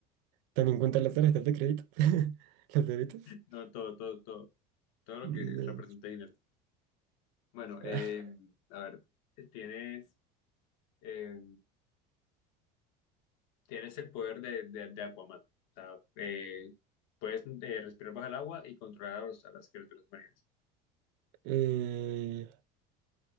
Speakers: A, on the right; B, on the left.
A: También cuentan las tarjetas de crédito. <laughs> Las débitos.
B: No, todo, todo, todo. Todo lo
A: No.
B: que representa dinero. Bueno,
A: <laughs>
B: eh, a ver, tienes... eh, tienes el poder de, de, de Aquaman. O sea, eh, puedes eh, respirar bajo el agua y controlar a, los- a las criaturas marinas.
A: Eh,